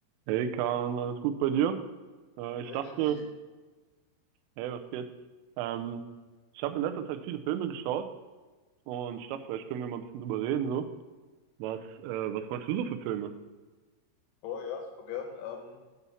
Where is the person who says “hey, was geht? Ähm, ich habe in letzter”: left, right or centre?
Right